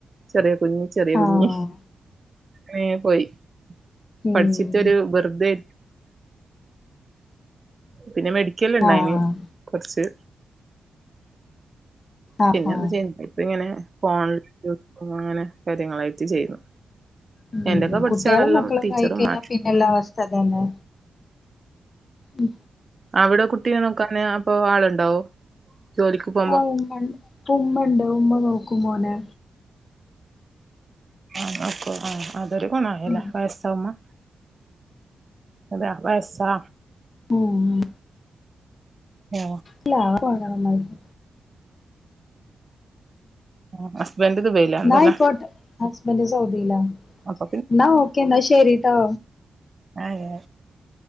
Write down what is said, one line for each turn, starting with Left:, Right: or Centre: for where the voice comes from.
Right: ചെറിയ കുഞ്ഞ് ചെറിയ കുഞ്ഞ്
Left: ആഹ്
Right: ഇങ്ങനെ പോയി പഠിച്ചിട്ടൊരു
Left: ഉം
Right: വെറുതെ പിന്നെ മെഡിക്കല് ഉണ്ടായിന്
Left: ആഹ്
Right: കൊറച്ച്
Left: ആഹ്
Right: പിന്നെ
Left: ആഹ്
Right: ഒന്നും ചെയ്യുന്നില്ല ഇപ്പ ഇങ്ങനെ ഫോൺ അങ്ങനെ കാര്യങ്ങളായിട്ട് ചെയ്യുന്നു
Left: ഉം
Right: എന്റെയൊക്കെ പഠിച്ച
Left: കുട്ടികളും
Right: ആളെല്ലാം
Left: മക്കളും
Right: ടീച്ചറും
Left: ഒക്കെ ആയി കഴിഞ്ഞാൽ
Right: മാഷും
Left: പിന്നെല്ല അവസ്ഥ അതന്നെ ഉം
Right: അവിടെ കുട്ടിനെ നോക്കാന് അപ്പൊ ആളുണ്ടാവോ ജോലിക്ക് പോകുമ്പോ
Left: ആ ഉമ്മ ഉണ്ട് ഉമ്മ നോക്കും മോനെ
Right: ആ നോക്കൊ ആ അതൊരു ഗുണമാണല്ലേ
Left: ഉം
Right: വയസ്സാഉമമ എത്ര വയസാ
Left: മുന്
Right: ഏ
Left: ഇല്ല <unintelligible>
Right: <inaudible> ഹസ്ബൻഡ് ദുബൈയിലാണല്ലേ
Left: എന്നായിക്കോട്ടെ ഹസ്ബെന്റെ സൗദിയിലാണ്
Right: അപ്പൊ പിന്നെ
Left: എന്ന ഓക്കെ. ഓക്കേ എന്നാ ശെരിട്ടോ.
Right: ഹലോ?